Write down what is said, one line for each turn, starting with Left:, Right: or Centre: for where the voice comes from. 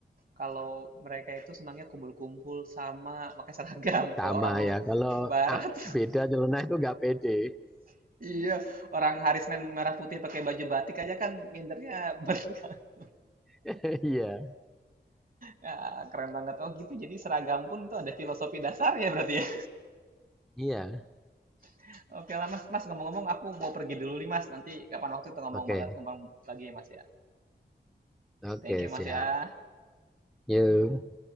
Right: kalau mereka itu senangnya kumpul-kumpul sama pakai seragam. <laughs>
Centre: Sama
Right: Kalau orang lu
Centre: ya. Kalau
Right: barat,
Centre: ah, beda nyeleneh itu nggak pede.
Right: <laughs> iya orang hari Senin merah putih pakai baju batik aja kan mindernya ber- <laughs>
Centre: <laughs> Iya,
Right: Ya, keren banget. Oh gitu. Jadi seragam pun itu ada filosofi dasarnya berarti ya.
Centre: iya.
Right: <laughs> Oke lah Mas. Mas ngomong-ngomong aku mau pergi dulu nih Mas. Nanti kapan waktu itu ngomong
Centre: Oke,
Right: banget ngomong lagi ya Mas ya.
Centre: oke
Right: Thank you Mas
Centre: siap.
Right: ya.
Centre: Yuk.